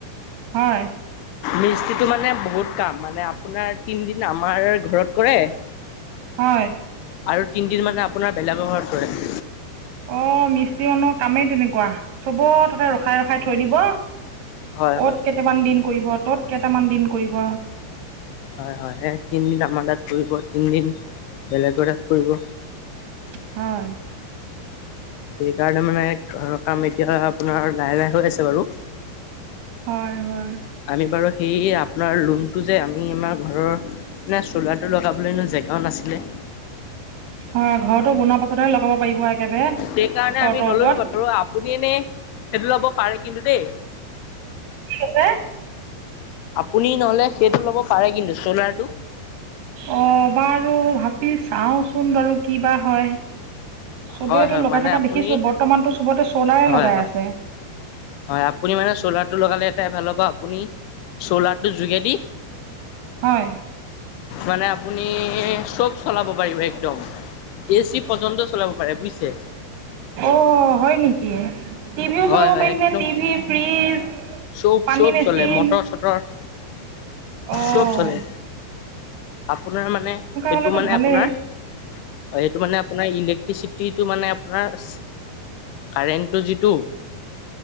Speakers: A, on the right (about 70°); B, on the left (about 80°).
A: হয়
B: মিস্তিটো মানে বহুত কাম মানে আপোনাৰ তিনদিন আমাৰ ঘৰত কৰে <inaudible>
A: হয়
B: আৰু তিনদিন মানে আপোনাৰ বেলেগৰ ঘৰত কৰে।
A: অ মিস্ত্ৰী মানুহ কামেই তেনেকুৱা চব তাতে ৰখাই ৰখাই থৈ দিব।
B: হয়
A: অত
B: হয়
A: কেইটামান দিন কৰিব তত কেইটামান দিন কৰিব
B: হয় হয় সে তিনিদিন আমাৰ তাত কৰিব তিনদিন বেলেগৰ তাত কৰিব
A: হয়
B: সেইকাৰণে মানে কাম এতিয়া আপোনাৰ লাহে লাহে হৈ আছে বাৰু।
A: হয় হয়
B: আমি বাৰু সেই আপোনাৰ লোনটো যে আমি আমাৰ ঘৰৰ মানে চ'লাৰটো লগাবলৈ এনেও জেগাও নাছিলে
A: হয় ঘৰটো বনোৱাৰ পাছতহে লগাব পাৰিব একেবাৰে
B: সেইকাৰণে
A: চৰ্তৰ
B: আমি নললো
A: ওপৰত
B: বাৰু আপুনি এনে সেইটো ল'ব পাৰে কিন্তু দেই
A: কি কৈছে?
B: আপুনি নহলে সেইটো ল'ব পাৰে কিন্তু চলাৰটো।
A: অঁ বাৰু ভাবি চাওচোন বাৰু কিবা হয়। চবেইটো
B: হয় হয়
A: লগাই
B: মানে
A: থকা
B: আপুনি
A: দেখিছো বৰ্তমানতো চবতে চলাৰে
B: হয়
A: লগাই
B: হয়
A: আছে।
B: হয় আপুনি মানে চ'লাৰটো লগালে এটাই ভাল হ'ব আপুনি চলাৰটোৰ যোগেদি-
A: হয়
B: মানে আপুনি চব চলাব পাৰিব একদম। এ চি পৰ্যন্ত চলাব পাৰে বুইছে।
A: অ হয় নেকি, টিভিও
B: হয়
A: চলাব
B: হয়
A: পাৰিম
B: একদম
A: নে টিভি ফ্ৰিজ
B: চব
A: পানী
B: চব
A: মেচিন
B: চলে মটৰ চটৰ।
A: অঁ
B: চব চলে আপোনাৰ মানে সেইটো
A: হ'লেতো
B: মানে
A: ভালেই
B: আপোনাৰ হয় সেইটো মানে- আপোনাৰ ইলেক্ট্ৰিচিটিটো মানে আপোনাৰ কাৰেণ্টটো যিটো-